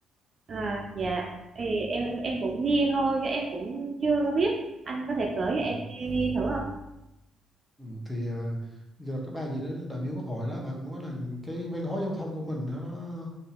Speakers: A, on the right; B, in the centre.
A: à, dạ thì em em cũng nghe thôi chứ em cũng chưa có biết anh có thể kể cho
B: ừ.
A: em nghe, nghe thử không
B: Ừ, thì ờ, rồi cái bà gì đó đại biểu quốc hội đó bà cũng nói là cái văn hóa giao thông của mình đó, nó